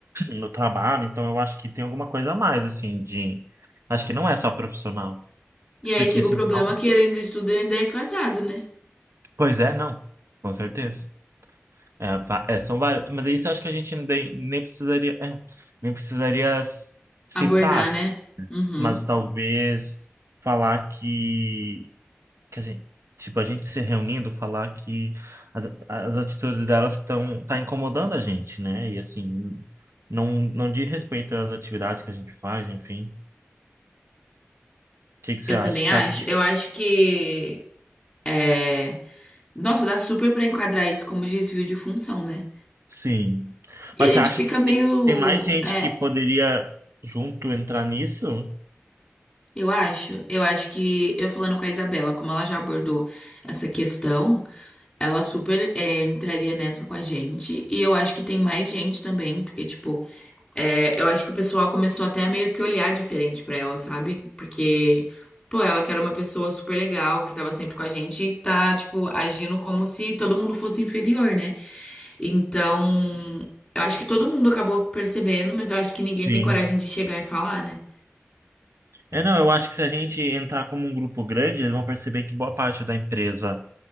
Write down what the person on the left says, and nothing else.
E aí
chega
o problema que, além de tudo, ele ainda é casado, né?
Abordar, né? Uhum.
Eu
também
acho.
Eu acho que. É. Nossa, dá super pra enquadrar isso como desvio de função, né?
E
a gente
fica
meio,
é,
eu acho, eu acho que eu falando com a Isabela, como ela já abordou essa questão, ela super é, entraria nessa com a gente. E eu acho que tem mais gente também, porque tipo, é, eu acho que o pessoal começou até a meio que olhar diferente pra ela, sabe? Porque Pô, ela que era uma pessoa super legal, que tava sempre com a gente, e tá, tipo, agindo como se todo mundo fosse inferior, né? Então, eu acho que todo mundo acabou percebendo, mas eu acho que ninguém
tem coragem de chegar e falar, né?